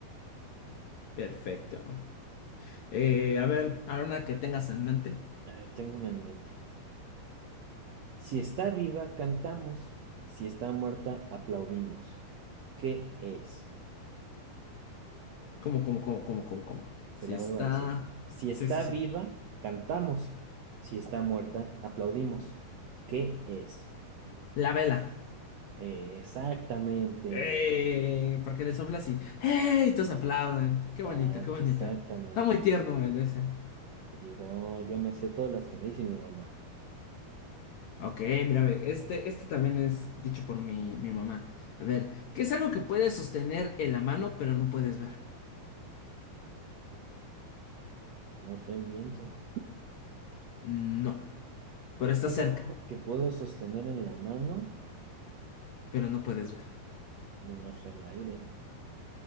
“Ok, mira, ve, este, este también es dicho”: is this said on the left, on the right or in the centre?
Left